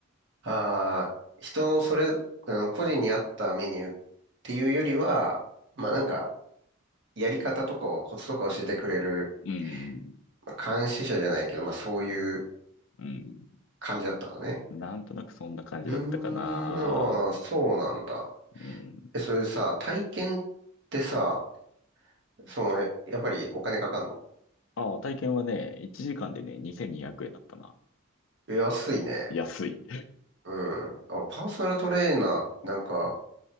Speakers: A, on the right; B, on the left.
A: ああ、人それ、うん個人に合ったメニューっていうよりは、まあなんか、やり方とかをコツとか教えてくれる、
B: うん、
A: まあ監視者じゃないけど、まあそういう
B: うん。
A: 感じだったんだね。
B: なんとなくそんな感じだったかな。
A: うーん、あーそうなんだ。
B: うん。
A: え、それさ、体験ってさ、その、やっぱりお金かかんの
B: あ、体験はね、1時間でね、2200円だったな。
A: 安いね。
B: 安い。
A: うん。あ、パーソナルトレーナーなんか